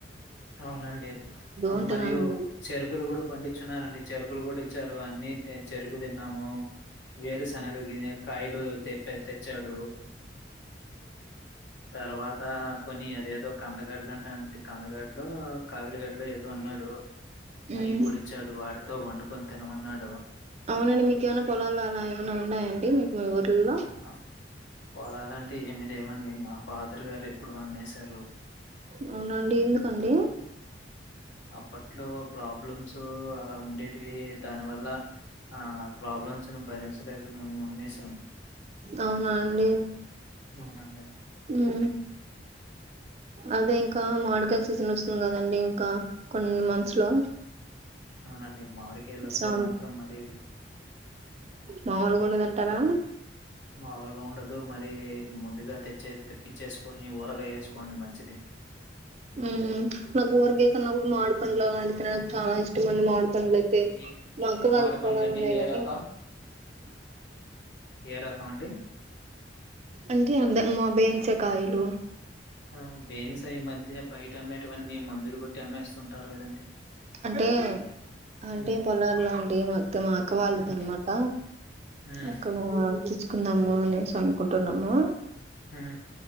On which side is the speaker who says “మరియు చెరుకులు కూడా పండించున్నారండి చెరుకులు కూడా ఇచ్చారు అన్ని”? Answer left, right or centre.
Left